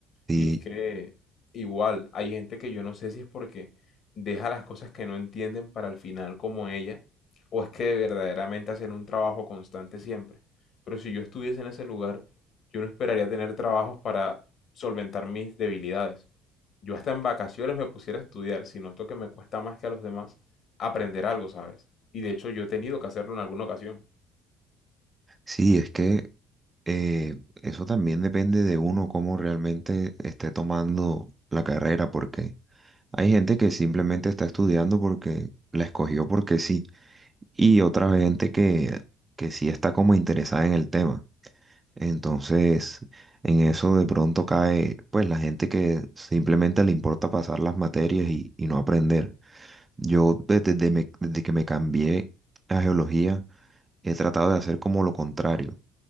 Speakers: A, on the right; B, on the left.
A: Y
B: Y es que igual hay gente que yo no sé si es porque deja las cosas que no entienden para el final como ella, o es que verdaderamente hacen un trabajo constante siempre. Pero si yo estuviese en ese lugar, yo no esperaría tener trabajos para solventar mis debilidades. Yo hasta en vacaciones me pusiera a estudiar si noto que me cuesta más que a los demás aprender algo, ¿sabes? Y de hecho yo he tenido que hacerlo en alguna ocasión.
A: sí, es que eh, eso también depende de uno cómo realmente esté tomando la carrera, porque hay gente que simplemente está estudiando porque la escogió porque sí, y otra gente que, que sí está como interesada en el tema. Entonces, en eso de pronto cae, pues, la gente que simplemente le importa pasar las materias y, y no aprender. Yo desde, desde me- desde que me cambié a geología, he tratado de hacer como lo contrario